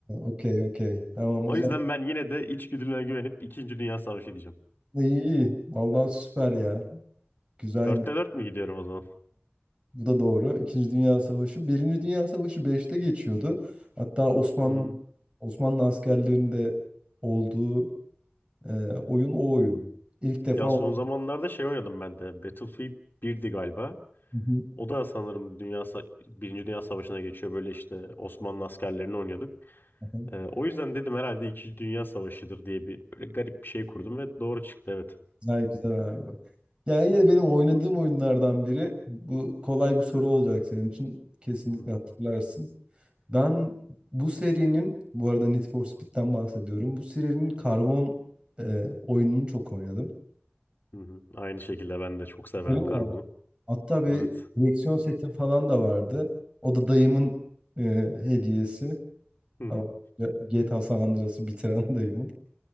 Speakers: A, on the right; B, on the left.
A: okey okey. Tamam o
B: O
A: zaman
B: yüzden ben yine de içgüdülerine güvenip İkinci Dünya Savaşı diyeceğim.
A: iyi iyi. Vallahi süper ya. Güzel
B: Dörtte dört mü gidiyorum o zaman?
A: Bu da doğru. İkinci Dünya Savaşı. Birinci Dünya Savaşı beşte geçiyordu. Hatta Osmanlı
B: Hı hı.
A: Osmanlı askerlerinde olduğu e, oyun o oyun. İlk defa
B: Ya
A: o-
B: son zamanlarda şey oynadım ben de. Battlefield birdi galiba.
A: Hı hı,
B: O da sanırım Dünya Sa- Birinci Dünya Savaşı'na geçiyor. Böyle işte Osmanlı askerlerini oynuyorduk.
A: hı hı.
B: Ee, o yüzden dedim herhalde İkinci Dünya Savaşı'dır diye bir böyle garip bir şey kurdum ve doğru çıktı evet.
A: güzel güzel abi. Yani yine benim oynadığım oyunlardan biri. Bu kolay bir soru olacak senin için. Kesinlikle
B: Hı hı.
A: hatırlarsın. Ben bu serinin, bu arada Need for Speed'den bahsediyorum. Bu serinin karbon e, oyununu çok oynadım.
B: Hı hı. Aynı şekilde ben de çok severdim
A: Öyle mi?
B: karbonu.
A: Hatta bir
B: Evet.
A: direksiyon seti falan da vardı. O da dayımın e, hediyesi.
B: Hı hı.
A: O GTA San Andreas'ı bitiren <laughs> dayımın.